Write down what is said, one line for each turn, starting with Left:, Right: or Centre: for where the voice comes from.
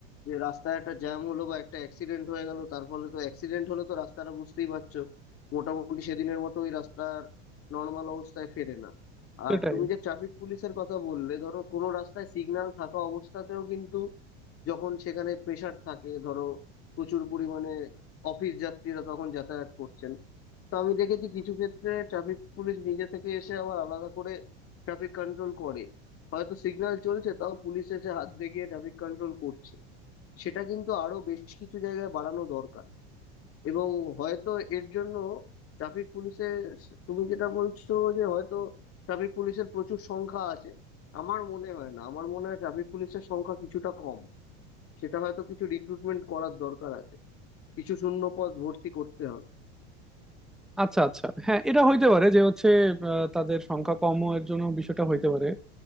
Left: যে রাস্তায় একটা জ্যাম হলো বা একটা অ্যাক্সিডেন্ট হয়ে গেল তার ফলে তো অ্যাক্সিডেন্ট হলে তো রাস্তাটা বুঝতেই পারছো মোটামুটি সেদিনের মতো ওই রাস্তার নর্মাল অবস্থায় ফেরে না
Centre: সেটাই
Left: আর তুমি যে ট্রাফিক পুলিশের কথা বললে ধরো কোনো রাস্তায় সিগন্যাল থাকা অবস্থাতেও কিন্তু যখন সেখানে প্রেসার থাকে ধরো প্রচুর পরিমাণে অফিস যাত্রীরা তখন যাতায়াত করছেন তো আমি দেখেছি কিছু ক্ষেত্রে ট্রাফিক পুলিশ নিজে থেকে এসে আবার আলাদা করে ট্রাফিক কন্ট্রোল করে হয়তো সিগন্যাল চলছে তাও পুলিশ এসে হাত দেখিয়ে ট্রাফিক কন্ট্রোল করছে সেটা কিন্তু আরো বেশ কিছু জায়গায় বাড়ানো দরকার এবং হয়তো এর জন্য ট্রাফিক পুলিশের তুমি যেটা বলছো যে হয়তো ট্রাফিক পুলিশের প্রচুর সংখ্যা আছে আমার মনে হয় না আমার মনে হয় ট্রাফিক পুলিশের সংখ্যা কিছুটা কম সেটা হয়তো কিছু রিক্রুটমেন্ট করার দরকার আছে কিছু শূন্য পদ ভর্তি করতে হবে
Centre: আচ্ছা আচ্ছা হ্যাঁ এটা হইতে পারে যে হচ্ছে আহ, তাদের সংখ্যা কম এর জন্য বিষয়টা হইতে পারে